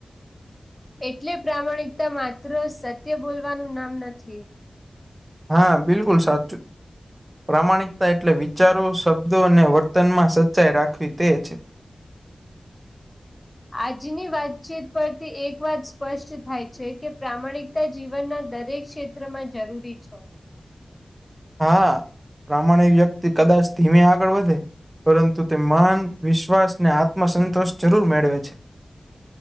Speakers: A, on the left; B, on the right.
A: એટલે પ્રમાણિકતા માત્ર સત્ય બોલવાનું નામ નથી.
B: હા બિલકુલ સાચું. પ્રામાણિકતા એટલે વિચારો શબ્દો અને વર્તનમાં સચ્ચાઈ રાખવી તે છે. <inaudible>
A: આજની વાતચીત પરથી એક વાત સ્પષ્ટ થાય છે કે પ્રામાણિક તા જીવનના દરેક ક્ષેત્ર માં જરૂરી છો.
B: હા પ્રામાણિક વ્યક્તિ કદાચ ધીમે આગળ વધે. પરંતુ તે માન વિશ્વાસ ને આત્મ સંતોષ જરૂર મેળવે છે.